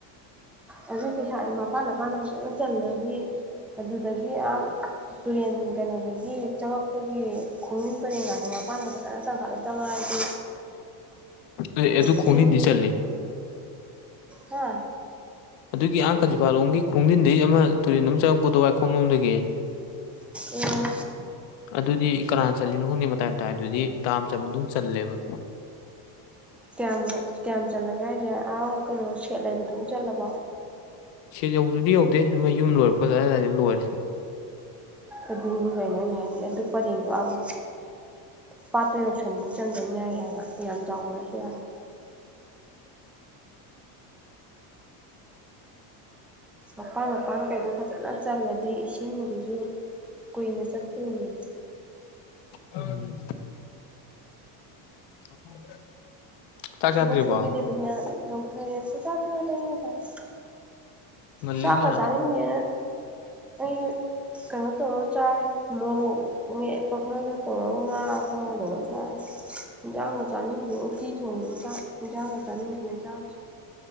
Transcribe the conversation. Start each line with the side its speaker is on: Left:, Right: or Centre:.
Centre: ꯑꯗꯨꯒꯤ ꯄꯩꯁꯥꯗꯨ ꯃꯄꯥꯟ ꯃꯄꯥꯟꯗ ꯐꯖꯅ ꯆꯜꯂꯅꯤ ꯑꯗꯨꯗꯒꯤ ꯌꯥꯝ ꯇꯨꯔꯦꯟ ꯀꯩꯅꯣꯗꯒꯤ ꯆꯪꯉꯛꯄꯒꯤ ꯈꯣꯡꯅꯨꯡꯟ ꯄꯔꯦꯡꯒꯗꯨ ꯃꯄꯥꯟꯗ ꯐꯖꯅ ꯆꯪꯈꯠꯂꯒ ꯆꯪꯉꯥꯑꯗꯤ
Left: ꯑꯦ ꯑꯗꯨ ꯈꯣꯡꯖꯤꯟꯗꯤ
Centre: ꯏꯁꯤꯡ
Left: ꯆꯜꯂꯤ
Centre: ꯍꯥ
Left: ꯑꯗꯨꯒꯤ ꯑꯍꯥꯡ ꯀꯖꯤꯄꯥꯂꯣꯝꯒꯤ ꯈꯣꯡꯖꯤꯟꯗꯩ ꯑꯃ ꯇꯨꯔꯦꯟ ꯑꯃ ꯆꯪꯉꯛꯄꯗꯣ ꯋꯥꯏꯈꯣ ꯂꯣꯝꯗꯒꯤ
Centre: ꯎꯝ
Left: ꯑꯗꯨꯗꯤ ꯀꯅꯥ ꯆꯠꯂꯤꯅꯣ ꯈꯪꯗꯦꯍꯣ ꯃꯇꯥꯏ ꯃꯇꯥꯏ ꯑꯗꯨꯗꯤ ꯗꯥꯝ ꯆꯟꯕ ꯑꯗꯨꯝ ꯆꯜꯂꯦꯕ
Centre: ꯀꯌꯥꯝ ꯀꯌꯥꯝ ꯆꯜꯂꯒꯦ ꯍꯥꯏꯁꯦ ꯑꯥꯥꯎ ꯀꯩꯅꯣ ꯁꯦꯠ ꯂꯩꯕꯗꯨꯐꯧ ꯆꯜꯂꯕꯣ
Left: ꯁꯦꯠ ꯌꯧꯗꯨꯗꯤ ꯌꯧꯗꯦ ꯑꯃ ꯌꯨꯝ ꯂꯣꯏꯔꯛꯄ ꯑꯗꯥꯏꯗ ꯂꯣꯏꯔꯦ
Centre: ꯑꯗꯨꯅꯤ ꯀꯩꯅꯣꯅꯦ ꯍꯥꯏꯗꯤ ꯑꯗꯨ ꯄꯔꯦꯡꯗꯣ ꯑꯥꯕꯎ ꯄꯥꯠꯇꯨ ꯌꯧꯁꯟꯕꯧ ꯆꯪꯖꯟ ꯌꯥꯏ ꯍꯥꯏꯕ ꯌꯥꯝ ꯆꯥꯎꯕ ꯅꯠꯇꯦ ꯍꯥꯏꯕ ꯃꯄꯥꯟ ꯃꯄꯥꯟ ꯀꯩꯗꯣ ꯐꯖꯅ ꯆꯜꯂꯗꯤ ꯏꯁꯤꯡꯗꯨꯖꯨ ꯀꯨꯏꯅ ꯆꯠꯇꯣꯏꯅꯤ
Left: ꯎꯝ <unintelligible> ꯆꯥꯛ
Centre: ꯊꯕꯛ
Left: ꯆꯥꯗ꯭ꯔꯤꯕꯣ
Centre: ꯁꯨꯕꯤꯗꯦ ꯑꯗꯨꯅꯌꯥ ꯂꯧꯛꯊꯔꯁꯦ <unintelligible>
Left: ꯉꯜꯂꯤꯅ
Centre: ꯆꯥꯛ ꯆꯥꯅꯤꯡꯗꯦꯅ ꯑꯩ ꯀꯩꯅꯣ ꯇꯧꯔꯦ ꯆꯥꯏ ꯃꯣꯔꯣꯛ ꯃꯦꯠꯄ ꯈꯔꯒ ꯇꯧꯔꯒ ꯉꯥ ꯈꯔ ꯂꯧꯔ ꯆꯥꯏ ꯍꯤꯟꯖꯥꯡꯒ ꯆꯥꯅꯤꯡꯗꯦ ꯎꯇꯤ ꯊꯣꯡ ꯏꯟꯁꯥꯡ ꯏꯟꯖꯥꯡꯒ ꯆꯥꯅꯤꯡꯗꯦ ꯆꯥꯗ꯭ꯔꯦ